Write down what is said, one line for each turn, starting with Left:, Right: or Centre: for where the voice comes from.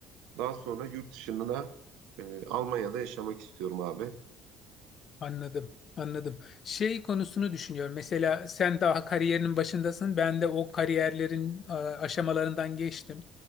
Right: daha sonra yurt dışına e, Almanya'da yaşamak istiyorum abi.
Left: Anladım, anladım. Şey konusunu düşünüyorum. Mesela sen daha kariyerinin başındasın. Ben de o kariyerlerin e, aşamalarından geçtim.